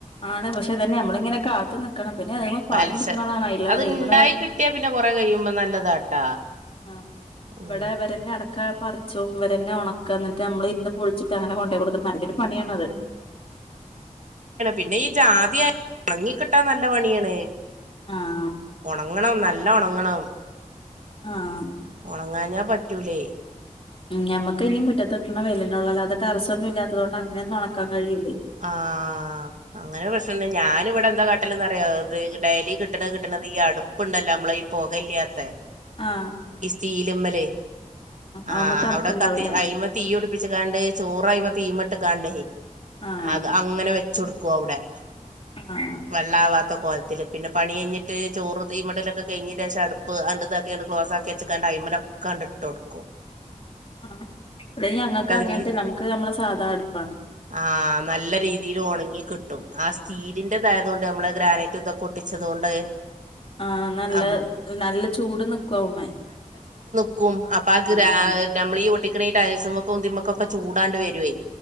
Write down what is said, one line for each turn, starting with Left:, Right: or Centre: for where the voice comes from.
Left: ആണ് പക്ഷെ ഇതന്നെ നമ്മള് ഇങ്ങനെ കാത്തു നിക്കണം. പിന്നെ അത് മ്മ പണി
Right: പലശ
Left: ഇട്ക്ണതാണ് അയ്ലേറെ.
Right: അത് ഇണ്ടായി
Left: ഇവടെ
Right: കിട്ടിയാ പിന്നെ കൊറെ കഴിയുമ്പോ നല്ലതാട്ടാ
Left: ആ
Right: ഉം
Left: ഇവിടെ ഇവരന്നെ അടക്ക പറിച്ചും ഇവരന്നെ ഉണക്ക എന്നിട്ട് നമ്മൾ ഇരുന്ന് പൊളിച്ചിട്ട്ങ്ങനെ കൊ ണ്ടെയ് കൊടുക്ണ നല്ലൊരു പണിയാണത്
Right: പിന്നെ ഈ ജാതിയായാലും ഒണങ്ങി കിട്ടാൻ നല്ല പണിയാണ്
Left: ആഹ്
Right: ണങ്ങണം നല്ലോം ഒണങ്ങണം
Left: ആഹ്
Right: ഒണങ്ങാഞ്ഞാ പറ്റൂലേ
Left: ഉം ഞമ്മക്കയ്ന് ഈ മുറ്റത്ത് കിട്ടണ വെയ്ലെന്നെ ഒള്ളൂ അല്ലാതെ ടെറസ് ഒന്നും ഇല്ലാത്തതോണ്ട് അങ്ങനൊന്നും നണക്കാൻ കഴിയൂലേ
Right: ആഹ് അങ്ങനൊരു പ്രശ്നം ണ്ട്. ഞാന് ഇവിടെ എന്താ കാട്ടല്ന്നറിയോ ഇത് ഡെയ്ലി കിട്ടണത് കിട്ടണ അതീ അടുപ്പുണ്ടല്ലോ നമ്മള ഈ പൊക ഇല്ല്യാത്ത
Left: ആഹ്
Right: തീല്മ്മലെ ആഹ്
Left: ആവുമ്മട്ട് ഉണക്കുണ്ടാവൂല്ലേ
Right: അവിടെ കത്തി അയ്മെ തീയിപിടു പ്പിച്ചും കാണ്ട് ചോറായ്മ തീമട്ട് കാണ്ടേ
Left: ആഹ്
Right: അത് അങ്ങനെ വെച്ച് കൊടുക്കു അവിടെ
Left: ആഹ്
Right: വെള്ളാവത്തൊക്ക് കോലത്തിൽ പിന്നെ പണി കഴിഞ്ഞിട്ട് ചോറ് തീമ്മടലൊക്കെ കഴിഞ്ഞെൻ്റെ ശേഷം അടുപ്പ് ആണ്ട് ഇതാക്കിയാണ്ട് ക്ലോസാക്കി വെച്ചുകാണ്ട് അയി അയിമ്മിലൊക്കെ ആണ്ട് ഇട്ട് കൊടുക്കും
Left: ആ ഇവിടെ ഞങ്ങക്ക് അങ്ങനത്തെല്ല
Right: രീതി
Left: നമ്മുക്ക് നമ്മളെ സാധാ അടുപ്പാണ്
Right: ആഹ് നല്ല രീതിയിൽ ഒണങ്ങി കിട്ടും ആ സ്റ്റീലിന്റെ തായത് കൊണ്ട് നമ്മള് ഗ്രാനൈറ്റ് ഇതൊക്കെ ഒട്ടിച്ചതുകൊണ്ട്
Left: ആഹ് നല്ല
Right: അമ്മ
Left: നല്ല ചൂട് നിക്കു അവുമ്മേ
Right: ക്കും അപ്പൊ ആ ഗ്രാ
Left: ആഹ്
Right: നമ്മളീ ഈ ഒട്ടിക്കണ ഈ ടൈൽസുമൊക്കും ഇതിമേക്കൊക്കെ ചൂടങ്ങട് വരുവേ